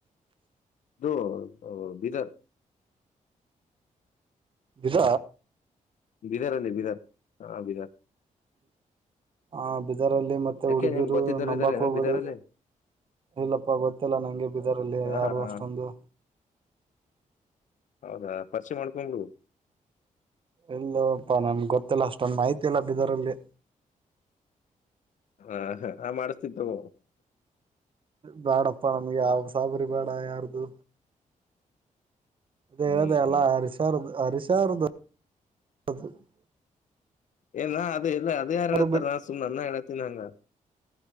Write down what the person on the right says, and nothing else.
ಇದ.
ಹಾ ಬೀದರ್ ಅಲ್ಲಿ ಮತ್ತೆ
ಹುಡುಗಿರು
ನಂಬಾಕ
ಹೋಗಬ್ಯಾಡಿ.
ಇಲ್ಲಪ್ಪಾ ಗೊತ್ತಿಲ್ಲ ನಂಗೆ ಬಿದರಲ್ಲಿ
ಯಾರು
ಅಷ್ಟೊಂದು.
ಇಲ್ಲಪ್ಪಾ ನಮಗ ಗೊತ್ತಿಲ್ಲ ಅಷ್ಟೊಂದು ಮಾಹಿತಿ ಇಲ್ಲ ಬೀದರ್ ಅಲ್ಲಿ.
ಬ್ಯಾಡಪ್ಪಾ ನಮ್ಗೆ ಯಾವ ಉಸಾಬರಿ ಬೇಡ ಯಾರ್ದು. ಕೇಳದೆ
ಎಲ್ಲಾ
ಹರಿ ಸರ್ ದು ಅರಿಶರ್ ದು. <unintelligible>
ಬಿಟ್ರೆ